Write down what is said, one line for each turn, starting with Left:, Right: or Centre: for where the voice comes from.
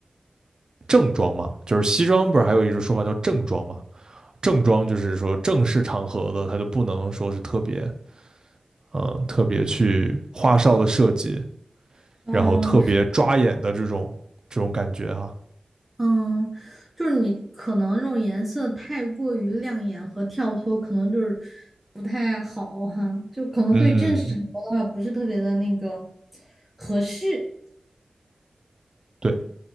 Right: 正装嘛，就是西装不是还有一种说法叫正装嘛，正装就是说正式场合的，它就不能说是特别嗯特别去花哨的设计，
Centre: 嗯，
Right: 然后特别抓眼的这种这种感觉哈、
Centre: 嗯，就是你可能这种颜色太过于亮眼和跳脱，可能就是不太好哈，就可能对正式场合的话不是特别的那个
Right: 嗯，
Centre: 合适。
Right: 对。